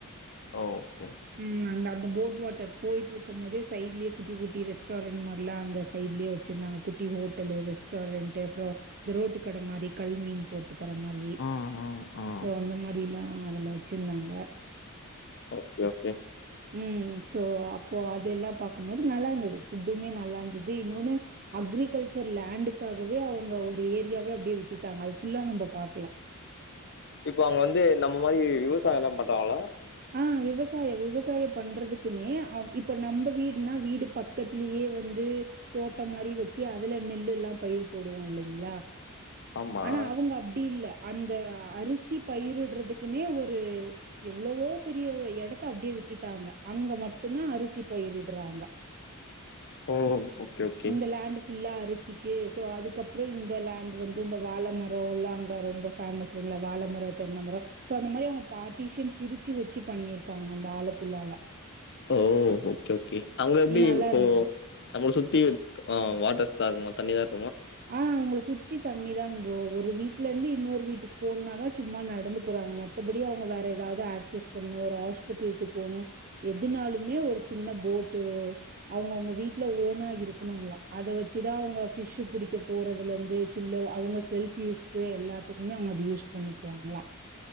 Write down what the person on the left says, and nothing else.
ஓ ஓகே
ம் ம் ம்
ஓகே ஓகே
இப்ப அங்க வந்து நம்ம மாரி விவசாயலா பண்றாங்ளா
ஆமா
ஓ ஓகே ஓகே
ஓ ஓகே ஓகே அங்க எப்டி
இப்போ
நம்மள சுத் தி வாட்டர்ஸ்தாருக்குமா தண்ணி தாருக்